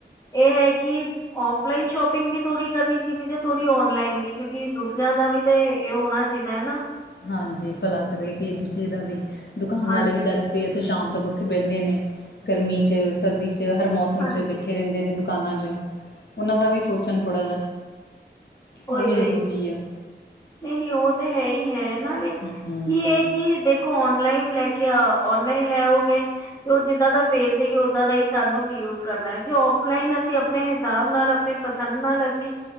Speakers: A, on the left; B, on the left.
A: ਇਹ ਹੈ ਕਿ ਆਵਲਾਈਨ ਸ਼ੋਪਿੰਗ ਵੀ ਥੋੜ੍ਹੀ ਕਰਨੀ ਜੀ ਵੀ ਤੇ ਥੋੜੀ ਔਨਲਾਈਨ ਵੀ ਕਿਉਕਿ ਦੂਸਰਿਆਂ ਦਾ ਵੀ ਤੇ ਇਹ ਹੋਣਾ ਚਾਹੀਦਾ ਹਨਾ
B: ਹਾਂਜੀ ਭਲਾ ਕਰੇ ਕਿ ਦੂਜੇ ਦਾ ਵੀ ਦੁਕਾਨ
A: ਹਾਂਜੀ
B: ਵਾਲੇ ਵਿਚਾਰੇ ਸਵੇਰੇ ਤੋਂ ਸ਼ਾਮ ਉੱਥੇ ਬਹਿੰਦੇ ਨੇ ਗਰਮੀ ਚ ਸਰਦੀ ਚ ਹਰ ਮੌਸਮ
A: ਹਾਂਜੀ
B: ਚ ਬੈਠੇ ਰਹਿੰਦੇ ਨੇ ਦੁਕਾਨਾਂ ਚ ਉਹਨਾਂ ਦਾ ਵੀ ਸੋਚਣ ਥੋੜਾ ਜਿਹਾ
A: ਉਹੀ
B: ਉਹ ਵੀ
A: ਉਹੀ
B: ਜ਼ਰੂਰੀ ਆ।
A: ਨਹੀਂ ਨਹੀਂ ਉਹ ਤੇ ਹੈ ਹੀ ਹੈ ਉਹਨਾ ਲਈ
B: ਹੂੰ,
A: ਕੀ ਇਹ ਕਿ ਦੇਖੋ ਔਨਲਾਈਨ ਲੈ ਕੇ ਔਨਲਾਈਨ ਲੈਓਗੇ ਤੇ ਉਹ ਜਿੱਦਾਂ ਦਾ ਭੇਜ ਦੇਗੀ ਉਦਾਂ ਦਾ ਹੀ ਸਾਨੂੰ ਵੀ ਯੂਜ ਕਰਨਾ ਹੈ ਜੇ ਆਫ਼ ਆਫਲਾਈਨ ਅਸੀਂ ਆਪਣੇ ਹਿਸਾਬ ਨਾਲ ਆਪਣੇ ਪਸੰਦ ਨਾਲ ਅਸੀਂ